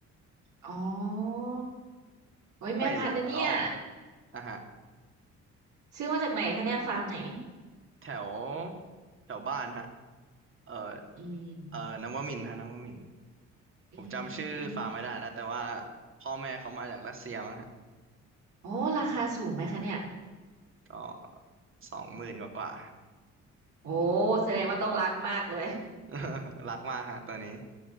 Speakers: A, on the right (about 75°); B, on the right (about 45°).
A: อ๋อโอ้ยแมวพันธุ์นะเนี่ย
B: ไม่ดิอ๋ออ่ะฮะ
A: ซื้อมาจากไหนคะเนี่ยฟาร์มไหน
B: แถวแถวบ้านฮะเอ่อ
A: อืม
B: เอ่อนวมินทร์ฮะนวมินทร์
A: อืมอืมอืม
B: ผมจำชื่อฟาร์มไม่ได้แล้วแต่ว่าพ่อแม่เขามาจากรัสเซียมั้งฮะ
A: โอ้ราคาสูงไหมคะเนี่ย
B: ก็สองหมื่นกว่ากว่า
A: โอ้แสดงว่าต้องรักมากเลย
B: <laughs> รักมากฮะตัวนี้